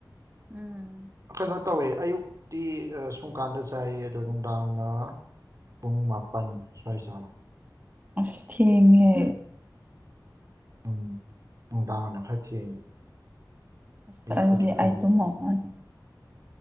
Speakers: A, on the right; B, on the right.
A: ꯎꯝ
B: ꯀꯩꯅꯣ ꯇꯧꯋꯦ ꯑꯌꯨꯛꯇꯤ ꯁꯨꯝꯀꯥꯟꯗ ꯆꯥꯏꯌꯦ ꯑꯗꯣ ꯅꯨꯡꯗꯥꯡꯅ ꯄꯨꯡ ꯃꯥꯄꯟ ꯁ꯭ꯋꯥꯏ ꯆꯥꯕ
A: ꯑꯁ ꯊꯦꯡꯉꯦ
B: ꯎꯝ ꯅꯨꯡꯗꯥꯥꯡꯅ ꯈꯔ ꯊꯦꯡꯉꯦ
A: ꯑꯁ
B: ꯑꯌꯨꯛꯄꯨꯗꯤ
A: ꯑꯗꯨꯗꯤ
B: ꯈꯔ
A: ꯑꯩ
B: ꯉꯜꯂꯁꯨ
A: ꯇꯨꯝꯃꯝꯃꯅꯤ